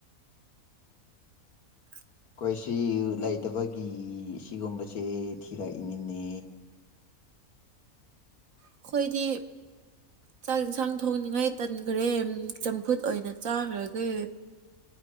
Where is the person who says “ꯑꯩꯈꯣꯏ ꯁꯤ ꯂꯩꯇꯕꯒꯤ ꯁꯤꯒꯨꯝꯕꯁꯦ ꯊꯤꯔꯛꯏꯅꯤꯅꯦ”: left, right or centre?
Left